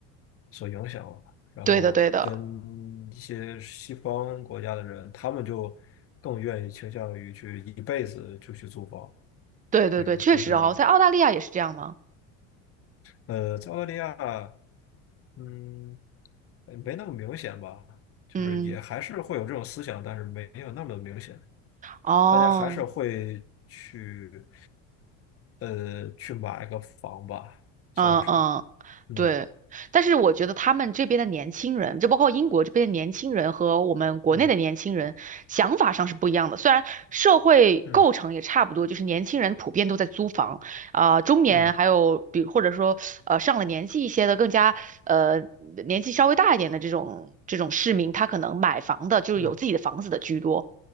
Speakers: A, on the left; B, on the right.
A: 所影响了，然后跟一些西方国家的人，
B: 对的，对的，
A: 他们就更愿意倾向于去一辈子就去租房，
B: 对对对，
A: 这种就是
B: 确实哦，在澳大利亚也是这样吗？
A: 呃，在澳大利亚，嗯，呃没那么明显吧，就是也还是会有这种思想，
B: 嗯，
A: 但是没有那么明显。
B: 哦，
A: 大家还是会去呃去买个房吧，
B: 嗯嗯
A: 算是，嗯
B: 对，但是我觉得他们这边的年轻人，就包括英国这边的年轻人和我们国内的年轻人想法上是不一样的。
A: 嗯
B: 虽然社会构成也差不多，
A: 嗯
B: 就是年轻人普遍都在租房，啊、中年还有比或者说呃上了年纪一些的，
A: 嗯
B: 更加呃年纪稍微大一点的这种这种市民，他可能买房的就是有自己的房子的居多。
A: 嗯